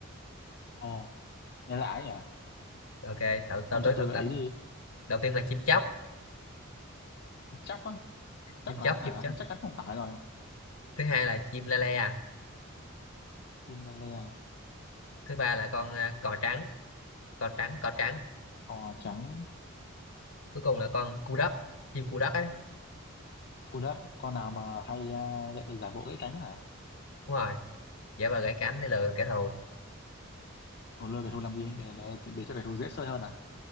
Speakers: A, on the left (about 45°); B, on the left (about 75°).
A: ồ nghe lạ ấy nhỉ
B: ok tao tao
A: ông
B: đối
A: cho tôi gợi
B: tao,
A: ý đi
B: đầu tiên là chim chóc
A: chóc á chóc
B: chim
A: là
B: chóc
A: hả
B: chim chóc
A: chắc chắn không phải rồi
B: thứ hai là chim la le à.
A: chim le le
B: thứ ba là con à, cò trắng cò trắng cò trắng
A: cò trắng
B: cuối cùng là con cu đất chim cu đất ấy
A: Thu đất, con nào mà hay uh, gãy- giả bộ gãy cánh hả?
B: đúng rồi giả vờ gãy cánh để lừa kẻ thù
A: Thù lừa cái thù làm gì? Để, để, để cho cái thù dễ sơi hơn à?